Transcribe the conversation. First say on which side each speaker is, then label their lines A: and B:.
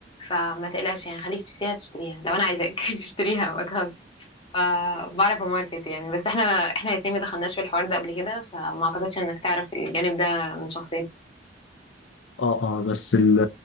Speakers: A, on the left; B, on the left.
A: فما تقلقش يعني خليك تشتريها تشتريها لو انا عايزاك <laughs> تشتريها ما تخافش فبعرف اماركت يعني بس احنا احنا الاتنين ما دخلناش في الحوار ده قبل كده فما اعتقدش انك تعرف الجانب ده من شخصيتي
B: اه اه بس ال...